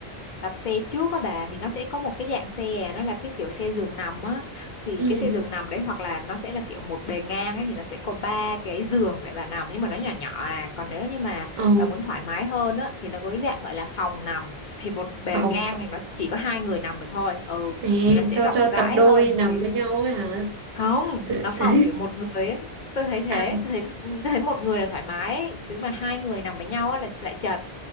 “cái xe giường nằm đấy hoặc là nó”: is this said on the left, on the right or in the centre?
Left